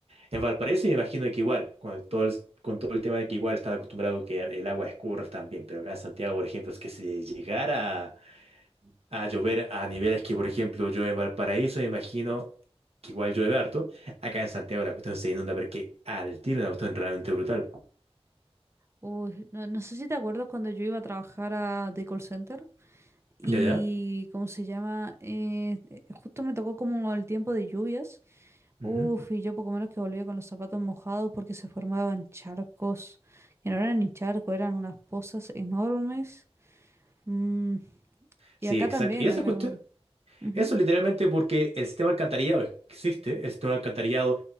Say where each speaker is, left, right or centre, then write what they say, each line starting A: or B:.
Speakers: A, on the right (about 70°); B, on the right (about 25°).
A: en Valparaíso me imagino que igual, con todo el, con todo el tema de que igual están acostumbrados que el agua escurra también, pero acá en Santiago, por ejemplo, es que si llegara a, a llover a niveles que, por ejemplo, yo en Valparaíso me imagino que igual llueve harto, acá en Santiago la cuestión se inunda, pero es que al tiro una cuestión realmente brutal.
B: Uy, no, no sé si te acuerdas cuando yo iba a trabajar a The Call Center y,
A: Ya, ya.
B: ¿cómo se llama? Eh, eh, justo me tocó como el tiempo de lluvias.
A: Ujú.
B: Uf, y yo poco menos que volvía con los zapatos mojados porque se formaban charcos, que no eran ni charcos, eran unas pozas enormes. Mm, y
A: Sí,
B: acá
A: exacto.
B: también,
A: Y esa
B: acá
A: cuestión...
B: igual. Ujú,
A: Eso literalmente porque el sistema alcantarillado existe, el sistema alcantarillado